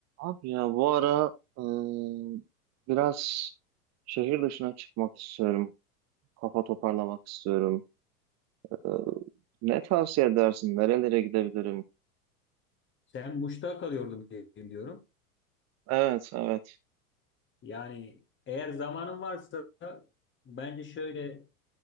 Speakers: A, on the right; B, on the left.
A: Abi ya bu ara ıı, biraz şehir dışına çıkmak istiyorum. Kafa toparlamak istiyorum. Iı, Ne tavsiye edersin? Nerelere gidebilirim?
B: Sen Muş'ta kalıyordun diye biliyorum.
A: Evet, evet.
B: Yani eğer zamanın varsa bence şöyle